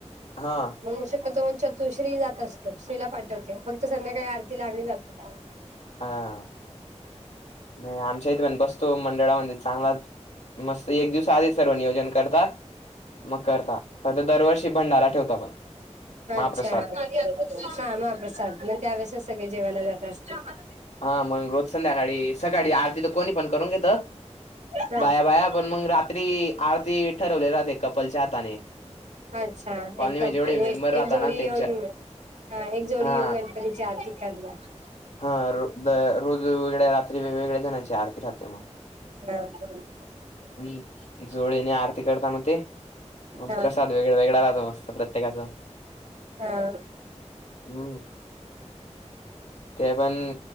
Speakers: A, on the left (about 75°); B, on the right (about 80°).
A: हा.
B: मग शकत चतुश्री जात असतो श्रीला पाठवते फक्त संध्याकाळी आरतीला आम्ही जातो. <inaudible>
A: हां. नाही आमच्या इथे पण बसतो मंडळामध्ये चांगलाच मस्त एक दिवस आधी सर्व नियोजन करतात. मग करता फक्त दरवर्षी भंडारा ठेवता पण
B: अच्छा
A: महाप्रसाद
B: हा महाप्रसाद मग त्या वळेस सगळे जेवायला जात असतात
A: हा मग रोज संध्याकाळी सकाळी आरती तर कोणी पण करून घेत
B: हा
A: बाया बाया आपण मग रात्री आरती ठरवले जाते कपलच्या हाताने
B: अच्छा
A: कॉलनीमध्ये
B: एकप
A: जेवढे
B: एक
A: मेंबर राहता
B: एक जोडी
A: ना त्यांच्या
B: येऊन हा एक जोडी
A: हा
B: येऊ गणपतीची आरती करणार..
A: हा र रोज वेगळ्या रात्री वेगळ्या जणांची आरती राहते मग
B: हा हा..
A: हम्म जोडीने आरती करता मग ते मग
B: हा
A: प्रसाद वेगळा वेगळा राहतो मस्त प्रत्येकाच
B: हा
A: हम्म ते पण